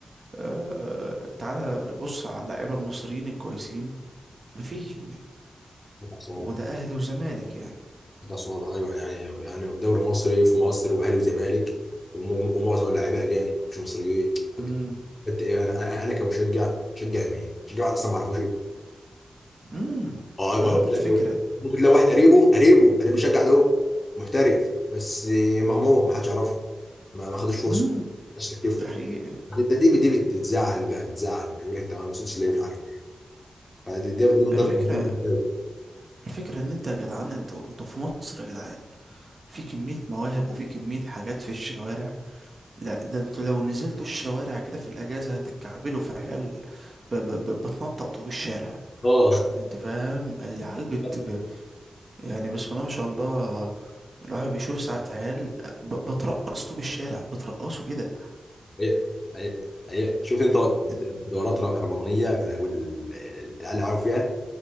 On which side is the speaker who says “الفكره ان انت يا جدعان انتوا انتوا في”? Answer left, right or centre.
Right